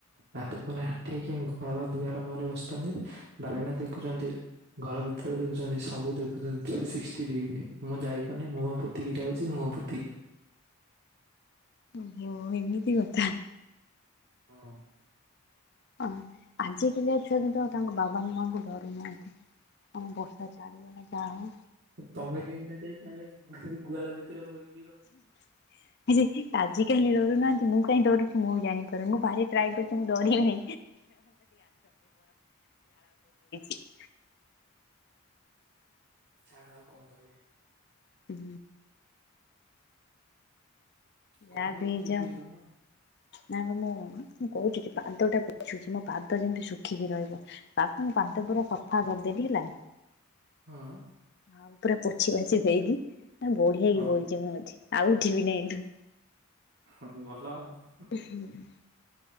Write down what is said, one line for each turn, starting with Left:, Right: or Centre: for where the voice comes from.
Right: ବାପା କ ଠିକ ଘର ଦୁଆର ମୁହରେ ବସିଛନ୍ତି ବାରନା ଦେଖୁଛନ୍ତି ଘର ଭିତରେ ଦେଖୁଛନ୍ତି ସବୁ ଦେଖୁଛନ୍ତି ଥ୍ରୀ ସିକ୍ସଟି ଡିଗ୍ରୀ। ମୁଁ ଯାଇପାରୁନି ମୁଁହ ପୋତିକି ଯାଉଛି ମୁଁହ ପୋତିକି ଯାଉଛି।
Left: ଓହୋ ଏମିତି କଥା।
Right: ହଁ।
Left: ଅ ଆଜିକାଲିଆ ଛୁଆ କିନ୍ତୁ ଆଉ ତାଙ୍କ ବାବା ମାଙ୍କୁ ଡରୁନାହାନ୍ତି। ଆଲୋ ବର୍ଷା ଛାଡିଲାନା କଣ?
Right: ତମେ କାହିଁକିନା ଯାଇ ତାହଲେ ଗୁହାଳ ଭିତରେ ବୋଇ
Left: <inaudible> ଆଜି କାଲି ଡରୁନାହାନ୍ତି ମୁଁ କାହିଁ ଡରୁଛି ମୁଁବି ଜାଣିପାରୁନି ମୁଁ ଭାରି ଟ୍ରାଏ କରୁଛି ମୁଁ ଡରିବିିନି। <unintelligible>
Right: ଛାଡ ଆଉ କଣ କହିବି?
Left: ହୁଁ। ଚା
Right: କହୁନ
Left: ପିଇଚ।
Right: କଣ ଚୁପ୍ ହେଇଗଲ ହୁଁ
Left: ନାଇଁ ବା ମୁଁ ମୁଁ କହୁଛି ଯେ ପାଦଟା ପଛୁଛି ମୋ ପାଦ ଯେମିତି ଶୁଖିକି ରହିବ ବାପୁଁ ପାଦପୁରା ସଫା କରିଦେଲିି ହେଲା।
Right: ହଁ।
Left: ଆଉ ପୁରା ପୋଛି ପାଛି ଦେଇକି ବଢିଆକିି
Right: ହୁଁ
Left: ବଇଛି ମୁଁ ଏଠି ଆଉ ଯିବିନାହିଁ କିନ୍ତୁ।
Right: ହଁ ଭଲ ଆଉ।
Left: <unintelligible>